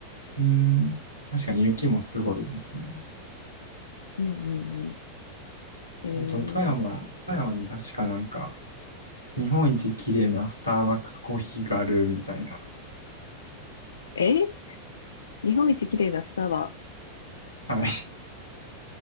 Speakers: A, on the left; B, on the left.
A: うん。確かに雪もすごいですね。
B: うんうんうん。え
A: あと、富山、
B: ー、
A: 富山に確かなんか、日本一綺麗なスターバックスコーヒーがあるみたいな。
B: え日本一綺麗なスタバ。
A: はい。